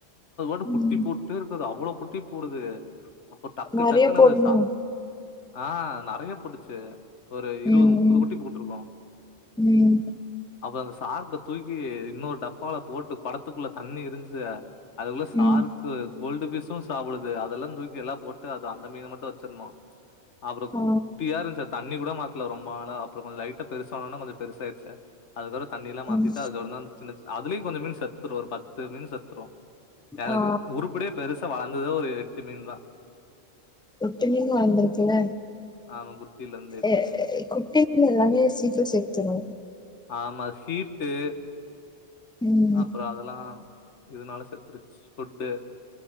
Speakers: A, on the left; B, in the centre.
A: <unintelligible>
B: ம்
A: குட்டி போட் டே இருக்குது அவ்ளோ குட்டி போடுது அப்ப டக்கு
B: நெறைய
A: டக்குன்னு
B: போடணும்
A: அந்த சா ஆ நெறைய போட்டுச்சு ஒரு இருவது
B: ம்
A: முப்பது குட்டி போட்டுருக்கு
B: ம்
A: அப்பறோ அந்த சார்ப்ப தூக்கி இன்னொரு டப்பால போட்டு கொடத்துக்குள்ள தண்ணி இருந்துச்சு அதுள்ள சாரீக்கு
B: ம்
A: கோல்டு ஃபிஷும் சாப்புடுது அதெலா தூக்கி எல்லா போட்டு அது அந்த மீன மட்டு வச்சுருந்தோ அப்பறோ
B: ஆ
A: குட்டியா இருந்துச்சு த தண்ணி கூட மாத்துல ரொம்ப நாளா அப்ப கொஞ்ச லைட்டா பெருசானோன கொஞ்ச பெருசாயிருச்சு அதுக்கப்பறோ தண்ணி எல்லா மாத்திட்டு
B: ம்
A: அதுக்கப்புற தா சின்ன அதுலயு கொஞ்ச மீன் செத்துரு ஒரு பத்து மீன் செத்துரு எனக்கு
B: ஆ
A: உருப்படியா பெருசா வளந்ததே ஒரு எட்டு மீன் தா
B: ஒட்டு மீன் வந்துருக்குல
A: ஆமா குட்டில இருந்து எட்டு
B: ஏ
A: மீன்
B: குட்டி மீன் எல்லாமே சீக்கரோ செத்துரு
A: ஆமா ஹீட்டு
B: ம்
A: அப்பறோ அதெல்லா இதனால செத்துருச்சு ஃபுட்டு